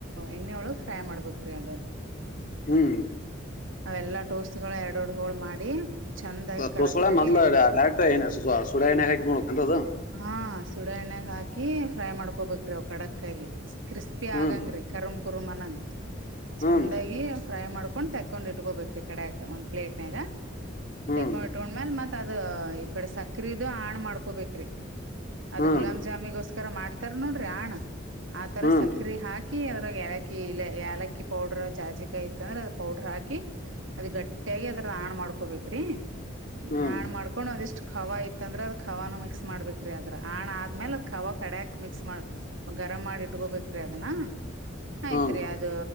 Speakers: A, on the right; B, on the left.
A: ಎಣ್ಣೆೊಳಗ್ ಫ್ರೈ ಮಾಡ್ಬೇಕ್ರಿ ಅದ
B: ಹುಂ
A: ಅವೆಲ್ಲಾ ಟೋಸ್ ಗಳು ಎರಡು ಎರಡ್ ಹೋಳು ಮಾಡಿ. ಚಂದಾಗಿ
B: ತೋ
A: ಕಡಕ್ಕಾಗಿ
B: ಸಳ ಮದ್
A: ಎಣ್ಣೆ
B: ಡರೆಕ್ಟ ಸು್ಯೋ ಎಂತ. <inaudible>
A: ಹಾ ಸುಡ ಎಣ್ಣಾಗ ಹಾಕಿ ಫ್ರೈ ಮಾಡ್ಕೊಬೇಕ್ರಿ ಅವ ಕಡಕ್ಕಾಗಿ ಕ್ರಿಸ್ಪಿ
B: ಹ್ಮ್
A: ಆಗಂಗ್ರಿ. ಕರಂ ಕರು ಮ ನಂಗ. ಚಂದಾಗಿ
B: ಹ್ಮ್ ರೀ
A: ಫ್ರೈ ಮಾಡ್ಕೊಂಡ್ ತಕೊಂಡ್ ಇಟ್ಕೋಬೇಕ್ರೀ ಕಡೆಕ ಒಂದ್ ಪ್ಲೇಟ್ನ್ಯಾಗ.
B: ಹ್ಮ್
A: ತೆಕೊಂಡ್ ಇಟ್ಕೊಂಡ್ಮ್ಯಲ್ ಮತ್ ಅದ ಈ ಕಡೆ ಸಕ್ರದುು ಹಣ ಮಾಡ್ಕೊಬೇಕ್ರಿ. ಅದ್
B: ಹ್ಮ್
A: ಗುಲಾ್ ಜಾಮಿಗೋಸ್ಕರ ಮಾಡ್ತಾರ ನೋಡ್ರಿ ಆಣ ಆತರ
B: ಹ್ಮ್
A: ಸಕ್ರೆ ಹಾಕಿ. ಹಕಿ ಅದ್ರಾಗ ಏಲಕ್ಕಿ ಇಲ್ಲ ಏಲಕ್ಕಿ ಪೌಡರ್ ಜಾಜಿಕಾಯಿ ಇತ್ತ ಅಂದ್ರೆ ಅದರ ಪೌಡರ್ ಹಾಕಿ. ಅದ ಗಟ್ಟಿಯಾಗಿ ಅದ್ರ ಹಾಣ ಮಾಡ್ಕೊಬೇಕ್ ರೀ
B: ಹ್ಮ್
A: ಹಾಣು ಮಾಡ್. ಕೊಣೊ ಅದಿಷ್ಟು ಖಾವ ಇತ್ತು ಅಂದ್ರೆ ಅದ್ ಖಾವನು ಮಿಕ್ಸ್ ಮಾಡ್ಬೇಕ್ರೀ ಅದ್ರ ಹಾಣ ಆದ್ಮೇಲೆ ಕಾವ ಕಡೆಯಾಕ್ ಮಿಕ್ಸ್ ಮಾಡ. ಗರಮ್ ಮಾಡಿ ಇಟ್ಕೋಬೇಕ್ರೀ ಅದನ್ನ. ಆಯ್ತಾ
B: ಹ್ಮ್
A: ರೀ
B: ಹ್ಮ್
A: ಅದು